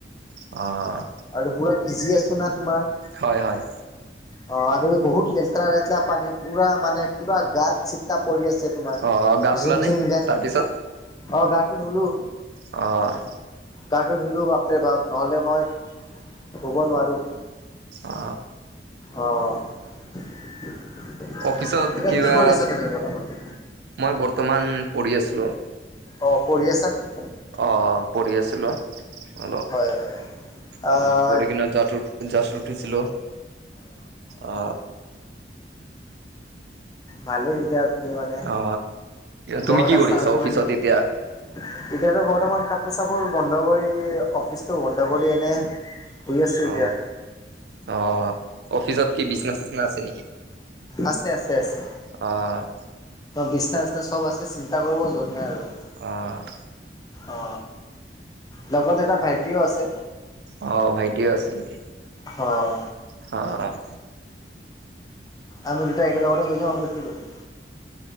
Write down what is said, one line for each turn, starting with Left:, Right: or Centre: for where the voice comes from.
Right: অ',
Left: আৰু পুৰা ভিজি আছো না তোমাৰ
Right: হয়- হয়।
Left: অ, আৰু এই বহুত লেতেৰা লেতেৰা পানী পুৰা মানে পুৰা গাত চিতা পৰি আছে। তোমাৰ
Right: অ গা ধুলানে
Left: যোন যোন গাড়ী
Right: তাৰপিছত
Left: অ, গাটো ধুলো।
Right: অ',
Left: গাটো ধুলো বাপৰে বাপ নহ'লে মই শুব নোৱাৰো।
Right: অ
Left: অ, এতিয়া
Right: অফিচত কিবা
Left: কি কৰি আছা তুমি বৰ্তমান?
Right: মই বৰ্তমান পঢ়ি আছিলো।
Left: অ, পঢ়ি আছা নেকি?
Right: অ, পঢ়ি আছিলো অলপ
Left: হয় হয়
Right: অ,
Left: আহ
Right: পঢ়ি কিনে যোৱাতো গাছত উঠিছিলো অ,
Left: ভালেই যেতিয়া তুমি মানে
Right: অ তুমি
Left: ঘৰত
Right: কি কৰি
Left: আছা আজি
Right: অফিচত
Left: মানে। এতিয়াতো
Right: এতিয়া
Left: বৰ্তমান কাপোৰ চাপোৰ বন্ধ কৰি অফিচতটো বন্ধ কৰি এনে শুই আছো এতিয়া।
Right: অ অ, অফিচত কি বিচনা চিচনা আছে নেকি?
Left: আছে-আছে-আছে।
Right: অ',
Left: বিচনা চিচনা চব আছে চিন্তা কৰিব য'ত নাই আৰু।
Right: অ',
Left: অ, লগত এটা ভাইটিও আছে।
Right: অ, ভাইটিও আছে নেকি?
Left: অ',
Right: অ',
Left: আমি দুটা একেলগতে শুই যাম আৰু কি কৰিম।